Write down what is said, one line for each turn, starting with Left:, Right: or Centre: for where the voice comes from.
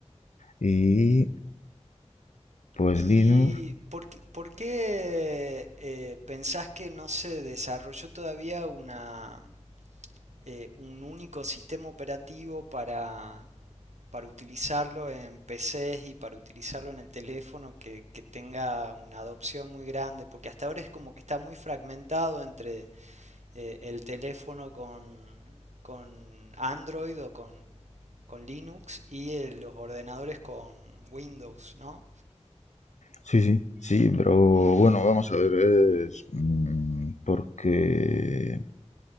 Left: Y pues
Right: ¿Y
Left: Linux,
Right: por qué, por qué, eh, pensás que no se desarrolló todavía una, eh, un único sistema operativo para, para utilizarlo en PCs y para utilizarlo en el teléfono que, que tenga una adopción muy grande? Porque hasta ahora es como que está muy fragmentado entre eh, el teléfono con, con Android o con, con Linux y eh, los ordenadores con Windows, ¿no?
Left: sí, sí, sí, pero bueno, vamos a ver, es mm, porque,